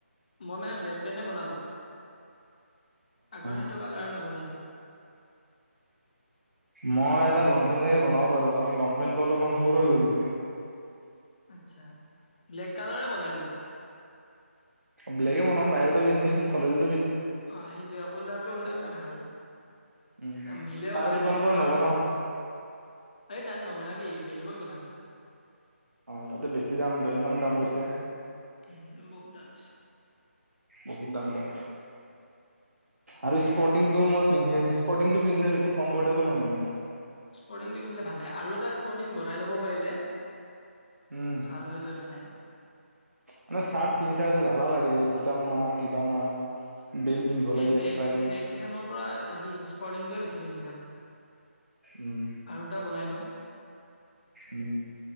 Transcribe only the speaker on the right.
অ
মই এটা লং পেণ্ট জাগে বনাব পাৰো কাৰণ লং পেন্টটো অলপমান সৰু হৈ গ'ল।
বেলেগে বনাম বাহিৰতো পিন্ধিম কলেজত।
উম
তাৰে
দোকানৰ
পৰা
নবনাও
আহ তাতে বেছি দাম লয় ইমান দাম লৈছে।
বহুত দাম লয় আৰু স্পৰ্টিংটো মই পিন্ধি আছো। স্পৰ্টিটো পিন্ধিলে বেছ কমফৰ্টেবল হয়ানে।
উম
মানে চাৰ্ট পিন্ধাতে জ্বালা লাগে এই বুটাম মাৰ কিবা মাৰ। বেল্ট পিন্ধিব লাগে
এক্সট্ৰাকে
উম
উম